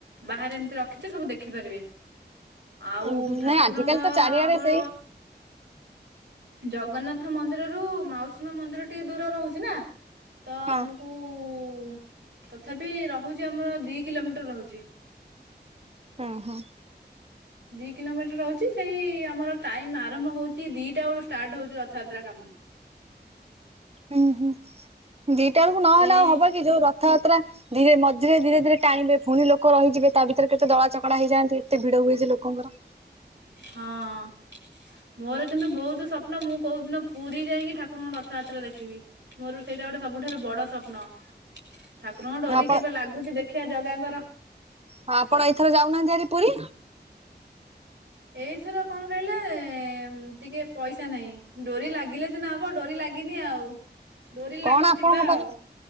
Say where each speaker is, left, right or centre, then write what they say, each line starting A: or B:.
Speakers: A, on the right; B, on the right.
A: ବାହାରେ ଏମିତି ରଖିଛୁ, ସବୁ ଦେଖିପାରିବେ।
B: ହୁଁ
A: ଆଉ ଠାକୁରଙ୍କର
B: ନାଇଁ ଆଜିକାଲି ତ ଚାରିଆଡେ
A: ଆମର
B: ସେଇ
A: ଜଗନ୍ନାଥ ମନ୍ଦିରରୁ, ମାଉସୀମା ମନ୍ଦିର ଟିକେ ଦୂର ରହୁଛି ନା, ତ
B: ହଁ
A: ଆମକୁ କୁ, ତଥାପି ରହୁଛି ଆମର ଦି କିଲୋମିଟର ରହୁଛି।
B: ହଁ ହଁ।
A: ଦି କିଲୋମିଟର ରହୁଛି, ସେଇ ଆମର ଟାଇମ ଆରମ୍ଭ ହଉଛି, ଦିଟା ବେଳୁ ଷ୍ଟାର୍ଟ ହଉଛି ରଥଯାତ୍ରା କାମ।
B: ହୁଁ, ହୁଁ ଦିଟା ବେଳକୁ ନହେଲେ
A: ସେଇ
B: ଆଉ ହବ କି! ଯୋଉ ରଥ ରଥାଯାତ୍ରା, ଧୀରେ ମଝିରେ ଧୀରେ ଧୀରେ ଟାଣିବେ ପୁଣି ଲୋକ ଲୋକ ରହିଯିବେ, ତା ଭିତରେ କେତେ ଦଳା ଚକଟା ହେଇଯାନ୍ତି, ଏତ ଭିଡ ହୁଏ ଯେ ଲୋକଙ୍କର।
A: ହଁ। ମୋର କିନ୍ତୁ ବହୁତ ସ୍ୱପ୍ନ, ମୁଁ କୋଉ ଦିନ ପୁରୀ ଯାଇକି ଠାକୁରଙ୍କୁ ରଥଯାତ୍ରା ଦେଖିବି। ମୋର ସେଇଟା ଗୋଟେ ସବୁଠାରୁ ବଡ ସ୍ୱପ୍ନ।
B: <unintelligible> <inaudible>
A: ଠାକୁରଙ୍କ ଡୋରି
B: ଆପଣ
A: କେବେ ଲାଗୁଛି? ଦେଖିବା ଜାଗାଙ୍କର।
B: ହ ଆପଣ ଏଇଥର ଯାଉନାହାନ୍ତି ଆରି ପୁରୀ
A: ଏଇଥର କଣ କହିଲେ ଟିକେ, ପଇସା ନାହିଁ ଡୋରି ଲାଗିଲେ ସିନା ହବ, ଡୋରି ଲାଗିନି ଆଉ। ଡୋରି
B: କଣ
A: ଲାଗୁ
B: ଆପଣଙ୍କ
A: ଯିବା
B: ପାଖରେ
A: ଆଉ।